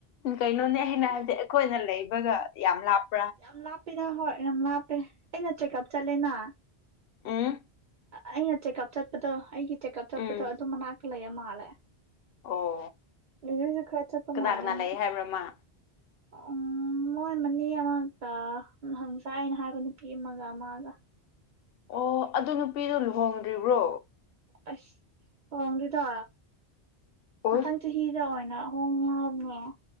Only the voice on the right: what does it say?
ꯌꯥꯝ ꯂꯥꯞꯄꯦꯗ ꯍꯣꯏ ꯌꯥꯝ ꯂꯥꯞꯄꯦ ꯑꯩꯅ ꯆꯦꯛꯀꯞ ꯆꯠꯂꯦꯅ
ꯑꯩꯅ ꯆꯦꯛꯀꯞ ꯆꯠꯄꯗꯣ ꯑꯩꯒꯤ ꯆꯦꯀꯞ ꯆꯠꯄꯗꯣ
ꯑꯗꯨꯝ ꯃꯅꯥꯛꯇ ꯂꯩꯔ ꯃꯥꯜꯂꯦ
ꯂꯩꯥꯔꯒ ꯆꯠꯄꯥ
ꯃꯂꯦ
ꯑꯃꯨꯛ
ꯎꯝ ꯃꯣꯏ ꯃꯅꯦ ꯑꯃꯒ ꯍꯪꯁꯥꯏ ꯑꯩꯅ ꯍꯥꯏꯕ ꯅꯨꯄꯤ ꯑꯃꯒ ꯃꯥꯒ
ꯑꯁ ꯑꯣ ꯍꯣꯡꯗꯔꯤꯗꯥ
ꯃꯊꯪꯆ ꯆꯍꯤꯗ ꯑꯣꯏꯅ ꯍꯣꯡꯅꯤ ꯍꯥꯏꯅꯦ